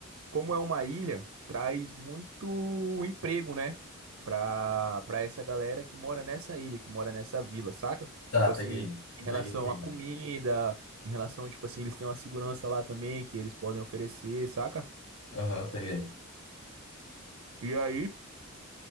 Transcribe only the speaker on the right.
como é uma ilha, traz muito emprego, né? Pra, pra essa galera que mora nessa ilha, que mora nessa vila, saca?
Tipo assim,
em relação
à comida, em relação, tipo assim, eles têm uma segurança lá também que eles podem oferecer, saca?
E aí,